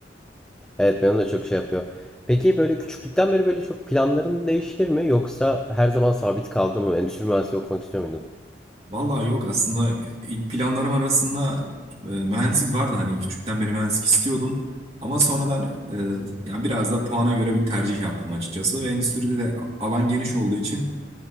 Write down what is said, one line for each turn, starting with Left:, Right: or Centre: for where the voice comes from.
Centre: Evet, benim de çok şey yapıyor. Peki böyle küçüklükten beri böyle çok planların değişir mi yoksa her zaman sabit kaldı mı? Endüstri mühendisliği okumak istiyor muydun?
Right: Vallahi yok aslında e, ilk planlarım arasında e, mühendislik vardı hani küçükten beri mühendislik istiyordum. Ama sonradan e, ya biraz da puana göre bir tercih yaptım açıkçası ve endüstride de alan geniş olduğu için